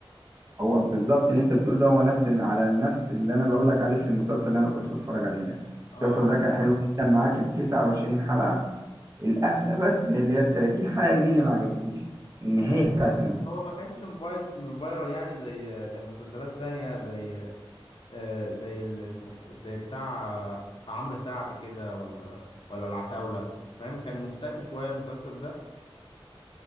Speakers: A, on the right; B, on the left.
A: هو بالظبط اللي انت بتقوله ده هو نفس ال- على نفس اللي انا بقول لك عليه في المسلسل اللي انا كنت بتفرج عليه ده
B: اه
A: المسلسل ده كان حلو جدا معاك ال 29 حلقة القفلة بس اللي هي ال 30 حلقة دي اللي ما عجبتنيش النهاية
B: بس
A: بتاعت
B: آه،
A: المسلسل
B: هو ما كانش موبايل فايرال يعني زي زي مسلسلات تانية زي آه، زي اللي اسمه زي بتاع آه، عمرو سعد كده ولا ولا العتاولة فاهم كان مختفي شوية المسلسل ده